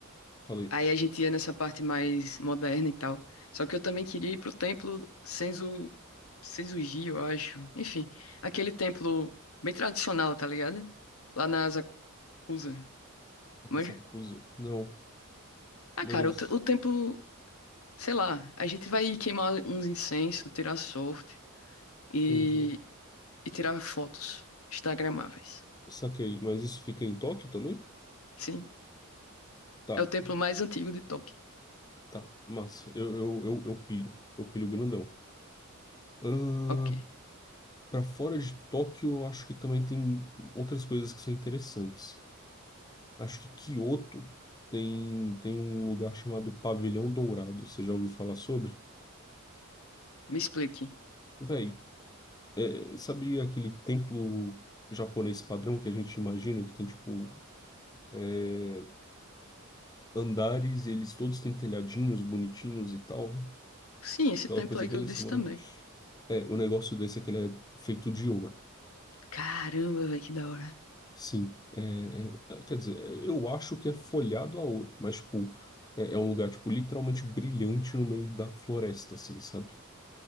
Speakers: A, on the left (about 20°); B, on the left (about 80°).
A: falei.
B: aí a gente ia nessa parte mais moderna e tal. Só que eu também queria ir pro templo Senzu... Senzu-ji, eu acho. Enfim, aquele templo bem tradicional, tá ligado? Lá na Asakusa. Manja?
A: Sakusa. Não,
B: Ah,
A: mas
B: cara, o, te- o templo... Sei lá, a gente vai queimar uns incensos, tirar sorte. e
A: entendi.
B: e tirar fotos instagramáveis.
A: Saquei. Mas isso fica em Tóquio também?
B: Sim,
A: Tá,
B: é o templo mais antigo de Tóquio.
A: tá. Massa. Eu, eu, eu, eu pilho. Eu pilho grandão. Ah,
B: Ok,
A: para fora de Tóquio, eu acho que também tem outras coisas que são interessantes. Acho que Kyoto tem, tem um lugar chamado Pavilhão Dourado. Você já ouviu falar sobre?
B: me explique.
A: Véi, é, sabe aquele templo japonês padrão que a gente imagina que tem, tipo, é, andares e eles todos têm telhadinhos bonitinhos e tal?
B: Sim, esse
A: Aquela
B: templo
A: coisa
B: aí
A: bem
B: que eu disse
A: samurai.
B: também.
A: É, o negócio desse é que ele é feito de ouro.
B: Caramba, velho, que da hora.
A: Sim, é, é, quer dizer, eu acho que é folhado a ouro, mas, tipo, é, é um lugar, tipo, literalmente brilhante no meio da floresta, assim, sabe?